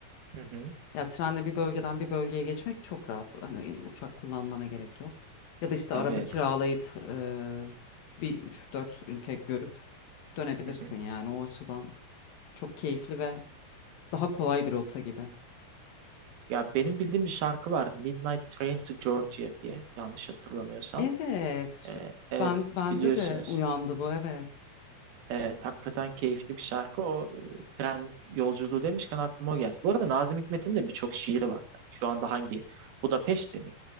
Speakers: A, on the right; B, on the left.
A: hı hı,
B: Ya trenle bir bölgeden bir bölgeye geçmek çok rahat. Hani e, uçak kullanmana gerek yok. Ya da işte
A: evet.
B: araba kiralayıp eee, bir üç dört ülke görüp dönebilirsin
A: Hı hı.
B: yani o açıdan çok keyifli ve daha kolay bir rota gibi.
A: Ya benim bildiğim bir şarkı vardı. Midnight Train to Georgia diye yanlış hatırlamıyorsam.
B: Evet
A: Ee,
B: şu-
A: evet
B: ben bende
A: biliyorsunuz
B: de uyandı bu evet.
A: Evet, hakikaten keyifli bir şarkı. O e, tren yolculuğu demişken aklıma o geldi. Bu arada Nazım Hikmet'in de birçok şiiri var. Şu anda hangi? Budapeşte mi?